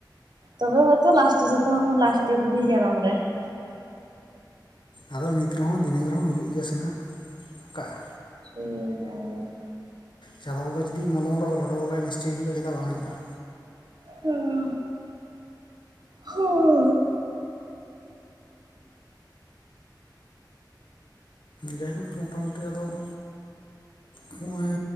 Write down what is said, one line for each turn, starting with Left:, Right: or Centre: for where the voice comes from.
Right: ᱛᱚᱵᱮ ᱦᱚᱭᱛᱳ ᱞᱟᱥᱴᱮ ᱡᱚᱛᱚ ᱦᱚᱲ ᱠᱷᱚᱱ ᱞᱟᱥᱴᱮ ᱵᱩᱰᱤ ᱡᱮᱱᱚᱢ ᱨᱮ ᱾
Left: ᱟᱫᱚ ᱱᱤᱛ ᱨᱮᱦᱚᱸ ᱫᱷᱤᱱᱟᱹᱢ ᱨᱮᱦᱚᱸ ᱦᱩᱭᱩᱜ ᱜᱮᱭᱟ ᱥᱮ ᱱᱟᱦᱟᱜ ᱾ ᱚᱠᱟᱜᱼᱟ?
Right: ᱥᱮ <unintelligible> ᱾
Left: ᱪᱟᱸᱫᱚ ᱵᱚᱸᱜᱟ ᱡᱩᱫᱤ ᱢᱚᱞᱚᱝ ᱨᱮ ᱚᱞ ᱦᱚᱴᱚ ᱠᱷᱟᱱᱡᱚ ᱱᱤᱥᱪᱚᱭ ᱦᱩᱭᱩᱜᱼᱟ᱾ ᱪᱮᱫᱟᱜ ᱵᱟᱝ ᱦᱩᱭᱩᱜᱼᱟ ᱾
Right: <unintelligible> ᱦᱳᱭ
Left: ᱡᱟᱭᱦᱳᱠ ᱢᱳᱴᱟᱢᱩᱴᱤ ᱟᱫᱚ ᱾ ᱱᱚᱜᱼᱚᱭ